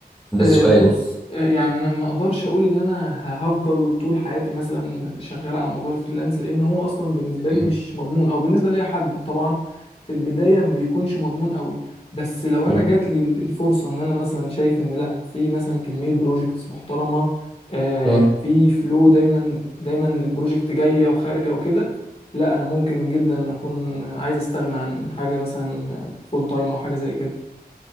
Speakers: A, in the centre; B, on the left.
A: ده
B: آه،
A: السؤال
B: بص آه، يعني انا ما اقدرش اقول ان انا ه- هفضل طول حياتي مثلا شغال على موضوع الفريلانس لان هو اصلا بالنسبه
A: اوكي.
B: لي مش مضمون او بالنسبه لاي حد طبعا في البدايه ما بيكونش مضمون قوي بس لو انا
A: مم.
B: جات لي ال- الفرصه ان انا مثلا شايف ان لا في مثلا كميه بروجكتس محترمه آه،
A: مم.
B: في فلو دايما دايما البروجكت جايه وخارجه وكده لا انا ممكن جدا اكون عايز استغنى عن حاجه مثلا فول تايم او حاجه زي كده